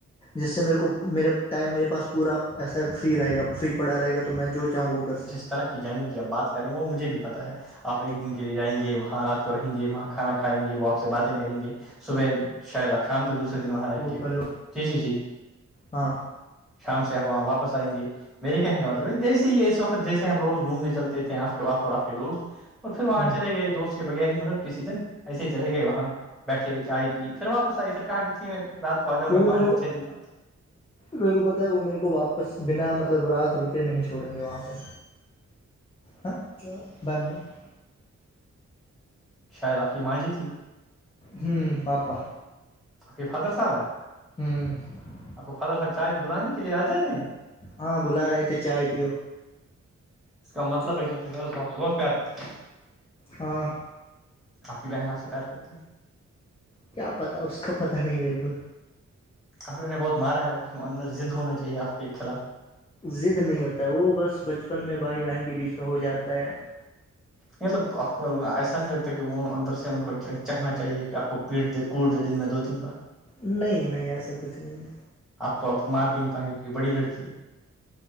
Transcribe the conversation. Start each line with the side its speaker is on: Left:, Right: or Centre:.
Left: جس سے میرے کو میرا ٹائم میرے پاس پورا ایسا فری رہے گا فری پڑا رہےا تو میں جو چاہوں وہ کرکتا
Centre: ترقی جانے کی اب بات کریں وہ مجھے بھی پتہ ہے آپ ایک دن کے لیے جائیں گے وہاں رات کو رہیں گے وہاں کھانا کھائیں گے وہ آپ سے باتیں کریں گے صبح شاید آپ شام تک دوسرے دن وہاں رہیں
Left: ہوں
Centre: گے
Left: ہلو
Centre: جی جی جی
Left: ہاں
Centre: شام سے واپس آئیں گے میرے کہنے کا مطلب ہے جیسے یہ اس وقت جیسے ہم روز گھومنے چلتے تھے آپ کے آاف اور آپ کے دوست اور پھر وہاں
Left: ہوں
Centre: چلے گئے دوست کے بغیر ہی مطلب کسی دن ایسے ہی چلے گئے وہاں بیٹھے چائے پی پھر واپس آئی پھر کہا کہ تھی نے رات کو آ جاںا
Left: کیونکہ
Centre: پانچ
Left: میرے
Centre: دن
Left: کو
Centre: چھ دن بد
Left: میرے کو پتا ہے وہ میرے کو واپس بنا مطلب رات رکے نہیں چھوڑیں گے وہاں پہ ہاں بائے م <unintelligible>
Centre: شاید آپ کی مانجی تھی
Left: ہوں پپا
Centre: آپ کے فادر صاحب ہیں
Left: ہوں <unintelligible>
Centre: آپ کو فالر صاحب چائے بلانے کے لیے آ جاتے ہیں
Left: ہاں بلا رہے تھے چائے پیو
Centre: اس کا مطلب ہے کہاپ سے بہت پیار کرتے ہیں
Left: ہاں
Centre: آپ کی بہن آ سے پیار کرتی ہے
Left: کیا پتا اس کا پتاہ نہیں میرے کو
Centre: آپر نے بہت مارا ہے ان کے اندر ضد ہونا چاہیے آپ کے خلاف
Left: زد نہیں ہوتا ہے وہ بس بچپن میں بھائی بہن کے بیچ میں ہو جاتا ہے
Centre: مطلب آپ کو ایسا نہیں لگتا کہ وہ اندر سے ان کو چاہنا چاہیے کہ آپ کو پیٹ دے کوٹ دن میں دو تین بار
Left: نہیں نہیں ایسا کچھ نہیں ہے
Centre: آپ تو آپ کو مار بھی نہیں پائیںے تو ایک بڑی لڑکی ہے